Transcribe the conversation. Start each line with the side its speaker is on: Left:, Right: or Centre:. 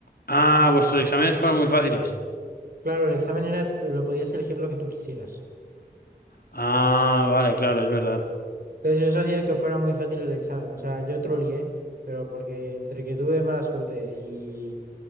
Left: Ah, vuestros exámenes fueron muy fáciles.
Right: Claro, el examen era, tú lo podías elegir lo que tú quisieras.
Left: Ah, vale, claro, es verdad.
Right: Entonces eso hacía que fuera muy fácil el examen. O sea, yo trolié, pero porque entre que tuve mala suerte y,